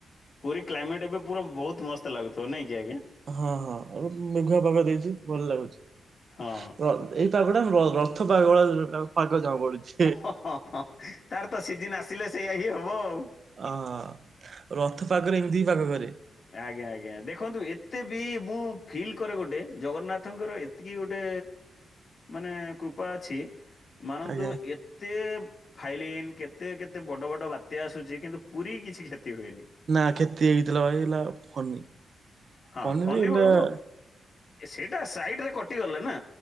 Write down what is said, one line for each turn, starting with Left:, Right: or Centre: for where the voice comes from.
Left: ପୁରୀ କ୍ଲାଇମେଟ୍ ଏବେ ପୁରା ବହୁତ ମସ୍ତ ଲାଗୁଥିବ ନାଇଁ କି ଆଜ୍ଞା?
Right: ହଁ ହଁ ଏବେ ମେଘୁଆ ପାଗ ଦେଇଛି ଭଲ ଲାଗୁଛି।
Left: ହଁ।
Right: ର ଏଇ ପାଗଟାମ ରଥ ପାଗ ଭଳିଆ ପାଗ ଜଣା ପଡ଼ୁଛି।
Left: <unintelligible> ତାର ତ ସିଜିନ୍ ଆସିଲେ ସେଇୟା ହିଁ ହବ ଆଉ।
Right: ଅ ରଥ ପାଗରେ ଏମିତି ହି ପାଗ କରେ।
Left: ଆଜ୍ଞା ଆଜ୍ଞା ଦେଖନ୍ତୁ ଏତେ ବି ମୁଁ ଫିଲ୍ କରେ ଗୋଟେ ଜଗନ୍ନାଥଙ୍କର ଏ ଏତିକି ଗୋଟେ ମାନେ କୃପା ଅଛି ମାନନ୍ତୁ
Right: ଆଜ୍ଞା
Left: ଏ କେତେ ଫାଇଲିନ୍ କେତେ କେତେ ବଡ ବଡ ବାତ୍ୟା ଆସୁଛି କିନ୍ତୁ ପୁରୀ କିଛି କ୍ଷତି ହୁଏ
Right: ନା ଖେତି ହେଇଥିଲା ଭାଇ ହେଲା ଫନି।
Left: ହଁ
Right: ଫନିରେ
Left: ଫନି
Right: ହେଲା
Left: ବଳକୁ ସେଇଟା ସାଇଟ୍ ରେ କଟିଗଲେ ନା